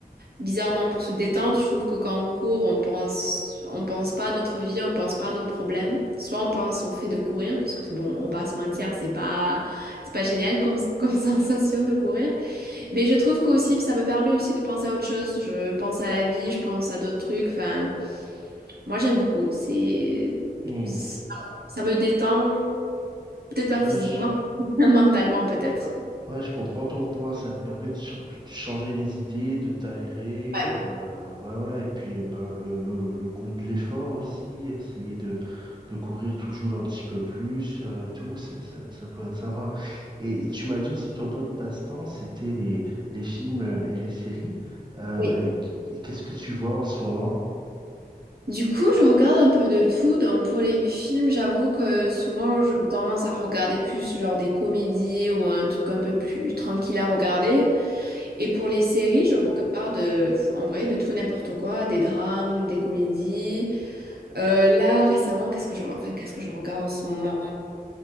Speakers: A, on the right; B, on the right.
A: bizarrement, pour se détendre. Je trouve que quand on court, on pense, on pense pas à notre vie, on pense pas à nos problèmes. Soit on pense au fait de courir, parce que bon, on va pas se mentir, c'est pas, c'est pas génial comme, comme <laughs> sensation de courir. Mais je trouve qu'aussi, ça me permet aussi de penser à autre chose. Je pense à la vie, je pense à d'autres trucs. Enfin, moi, j'aime beaucoup. C'est,
B: Hmm.
A: ça ça me détend, peut-être pas
B: Ouais,
A: physiquement,
B: je
A: <laughs> mentalement peut-être.
B: Ouais, je comprends ton point. Ça te permet de, ch- de te changer les idées, de t'aérer.
A: Ouais,
B: euh, ouais, ouais. Et puis, euh, ben, le, le, le goût de l'effort aussi. Essayer de, de courir toujours un petit peu plus. euh, et tout, ça, ça, ça peut être sympa. Et tu m'as dit aussi, ton autre passe-temps, c'était les, les films euh, et les séries. Euh,
A: oui.
B: qu- qu'est-ce que tu vois en ce moment?
A: Du coup, je regarde un peu de tout. Donc, pour les films, j'avoue que souvent, j'ai tendance à regarder plus genre des comédies ou un truc un peu plus tranquille à regarder. Et pour les séries, je regarde euh, en vrai de tout n'importe quoi, des drames, des comédies. Euh, là, récemment, qu'est-ce que je, re- enfin, qu'est-ce que je regarde en ce moment?